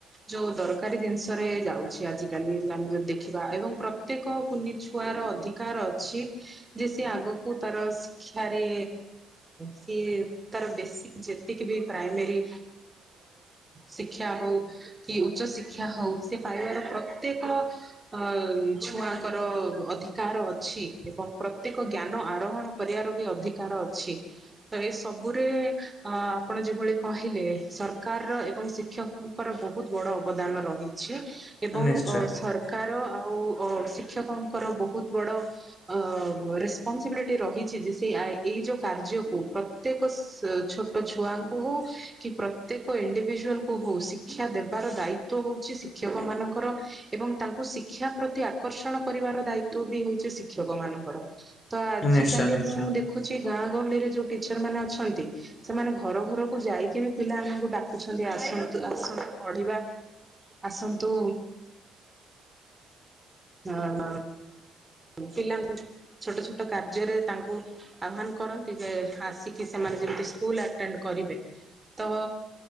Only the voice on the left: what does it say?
ନିଶ୍ଚୟ
ନିଶ୍ଚୟ
ନିଶ୍ଚୟ ନିଶ୍ଚୟ